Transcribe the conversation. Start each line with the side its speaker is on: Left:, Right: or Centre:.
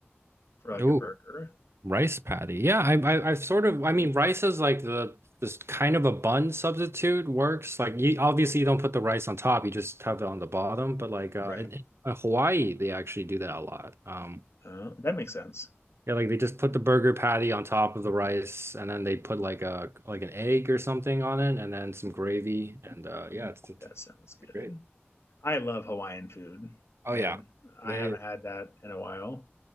Left: for like
Right: Oh,
Left: a burger.
Right: rice patty. Yeah, I, I I've sort of I mean rice is like the this kind of a bun substitute works. Like you obviously you don't put the rice on top, you just have it on the bottom. But like uh,
Left: Right.
Right: in, in Hawaii, they actually do that a lot. Um,
Left: Uh, that makes sense.
Right: Yeah, like they just put the burger patty on top of the rice, and then they put like a like an egg or something on it, and then some gravy, and uh, yeah, it's, it's
Left: That
Right: it's
Left: sounds good.
Right: great.
Left: I love Hawaiian food,
Right: Oh
Left: man.
Right: yeah,
Left: I
Right: they
Left: haven't had that in a while.